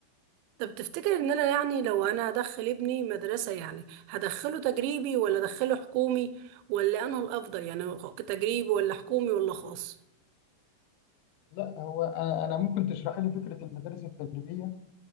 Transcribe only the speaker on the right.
طب تفتكر ان انا يعني لو انا هدخل ابني مدرسة يعني هدخله تجريبي ولا ادخله حكومي ولا انه الافضل يعني تجريبي ولا حكومي ولا خاص